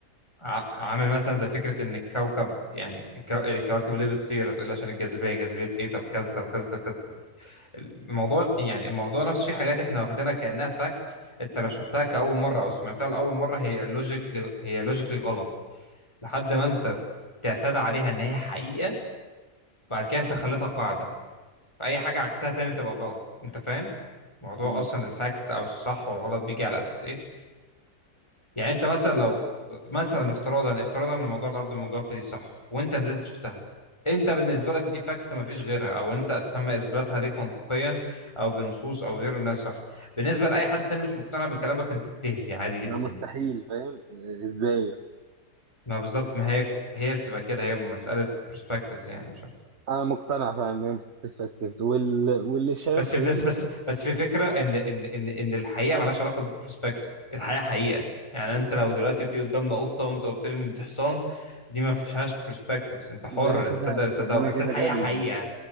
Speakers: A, on the left (about 20°); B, on the right (about 50°).
A: ع- عامل مثلا زي فكرة إن الكوكب يعني الكو... الكواكب ليه بتطير هتقول لي عشان الجاذبية جاذبية إيه طب كذا طب كذا طب كذا طب الموضوع يعني الموضوع نفسه في حاجات إحنا واخدينها كأنها فاكتس أنت لو شفتها كأول مرة أو سمعتها لأول مرة هي لوجيكلي هي لوجيكلي غلط لحد ما أنت تعتاد عليها إن هي حقيقة بعد كده أنت خليتها قاعدة فأي حاجة عكسها تاني تبقى غلط أنت فاهم؟ موضوع
B: مم.
A: أصلا الفاكتس أو الصح والغلط بيجي على أساس إيه؟ يعني انت مثلا لو مثلا افتراضا افتراضا ان موضوع الارض المجوفه دي صح وانت نزلت شفتها انت بالنسبه لك دي فاكت مفيش غيرها او انت تم اثباتها ليك منطقيا او بنصوص او غيره انها صح بالنسبه لاي حد تاني مش مقتنع بكلامك انت بتهزي عادي جدا
B: ده مستحيل فاهم ازاي
A: ما بالظبط ما هي هي بتبقى كده هي مساله برسبكتيفز يعني مش عارف
B: انا مقتنع فعلا ان هي مش perspectives. وال... واللي شايف
A: بس بس
B: غير اللي
A: بس
B: مش شايف
A: بس في فكره ان ان ان ان الحقيقه ملهاش علاقه بالبرسبكتيف الحقيقه حقيقه يعني انت لو دلوقتي في قدامنا قطه وانت قلت لي ان دي حصان دي ما فيهاش برسبكتيفز انت حر
B: يبقى انا كده
A: تصدق اللي تصدقه
B: يبقى
A: بس
B: انا كده
A: الحقيقه
B: غبي
A: حقيقه
B: بقى.